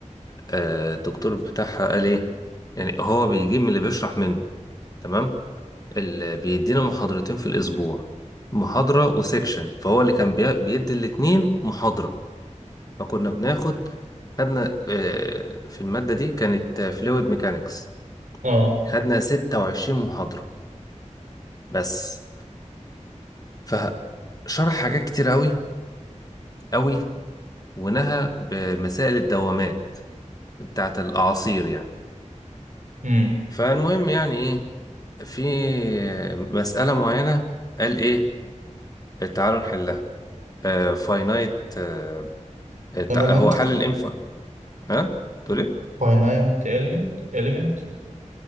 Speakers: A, on the left; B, on the right.
A: آه الدكتور بتاعها قال ايه يعني هو بيجيب من اللي بيشرح منه تمام اللي بيدينا محاضرتين في الاسبوع محاضره وسيكشن فهو اللي كان بي- بيدي الاتنين محاضره فكنا بناخد خدنا آه في الماده دي كانت فلويد ميكانيكس
B: اه
A: خدنا 26 محاضره بس فشرح حاجات كتير قوي قوي ونهى بمسائل الدوامات بتاعت الأعاصير يعني
B: امم
A: فالمهم يعني إيه في مسألة معينة قال إيه تعالوا نحلها آه فاينايت آه
B: element
A: تع- هو حل الإنفا ها تقول إيه؟
B: finite element element